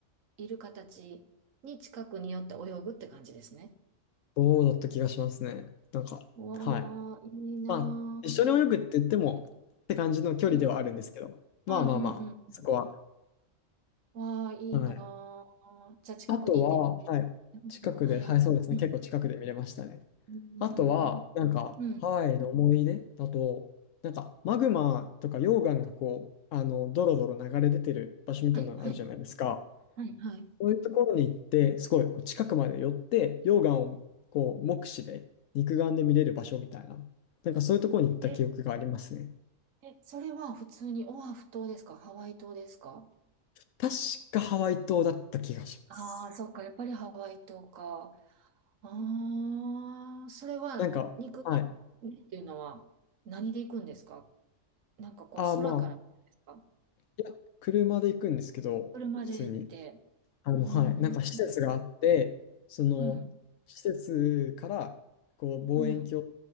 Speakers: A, on the right; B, on the left.
A: イルカたちに近くに寄って泳ぐって感じですね。
B: そうだった気がしますね。なんか、
A: わあ、
B: はい。
A: いいなあ。
B: まあ、一緒に泳ぐって言っても、って感じの距離ではあるんですけど、
A: うん、
B: まあまあまあ、
A: うん、うん、
B: そこは。
A: うん。わあ、いいなあ。
B: はい。
A: じゃあ近くにいてみて。
B: あとは、はい。
A: うんはいはい。
B: 近くで、はい、そうですね。
A: うん。
B: 結構近くで見れましたね。
A: うーん。
B: あとは、なんか、
A: うん。
B: ハワイの思い出だと、なんか、マグマとか溶岩がこう、あの、ドロドロ流れ出てる場所みたいなのあるじゃないですか。
A: はいはい。はいはい。
B: そういうところに行って、すごいこう近くまで寄って、溶岩をこう、目視で、肉眼で見れる場所みたいな、なんかそういうところに行った記憶がありますね。
A: え、え、それは普通にオアフ島ですかハワイ島ですか
B: 確かハワイ島だった気がします。
A: ああー、そっか。やっぱりハワイ島か。ああ、それは肉
B: なんか、はい。
A: 眼でっていうのは何で行くんですかなんかこう空から見るんですか
B: ああ、まあ、いや、車で行くんですけど、
A: 車で行って。
B: 普通に。あの、
A: うーん。
B: はい。なんか施設があって、その、
A: うん。
B: 施設から、こう、望遠鏡、
A: うん。